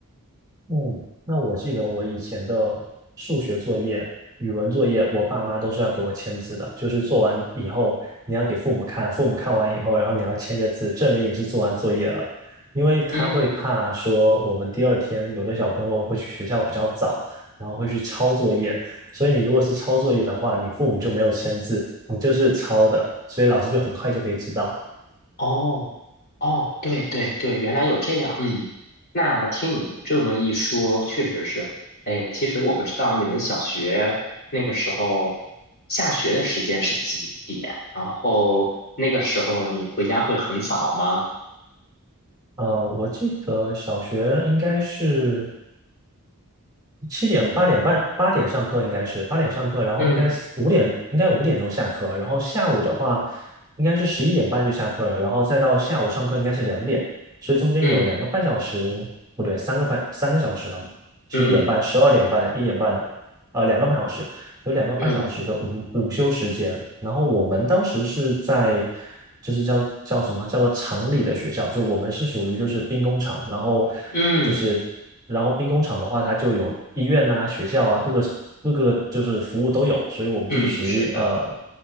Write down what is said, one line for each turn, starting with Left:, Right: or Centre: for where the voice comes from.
Right: 嗯，那我记得我以前的数学作业、语文作业，我爸妈都是要给我签字的，就是做完以后你要给父母看，父母看完以后，然后你要签个字，证明你是做完作业了。因为他会怕说我们第二天有的小朋友会去学校比较早，
Left: 嗯，
Right: 然后会去抄作业，所以你如果是抄作业的话，你父母就没有签字，你就是抄的，所以老师就很快就可以知道。
Left: 哦。哦，对对对，原来有这样，嗯，那听你们这么一说，确实是，哎，其实我不知道你们小学那个时候下学的时间是几点，然后那个时候你回家会很早吗？
Right: 呃，我记得小学应该是。七点八点半八点上课应该是八点上课，然后应该是五点应该五点钟下课，
Left: 嗯
Right: 然后下午的话应该是十一点半就下课了，然后再到下午上课应该是两点，所以中间有两个半小时，
Left: 嗯
Right: 不对，三个半三个小时了，十一点半、
Left: 嗯
Right: 十二点半、一点半，呃，两个半小时，有两个半小时的午午休时间，
Left: 嗯
Right: 然后我们当时是在，就是叫叫什么叫做厂里的学校，就我们是属于就是兵工厂，然后
Left: 嗯嗯
Right: 就是，然后兵工厂的话，它就有医院呐、学校啊，各个各个就是服务都有，所以我们就是属于呃，
Left: 嗯，是的。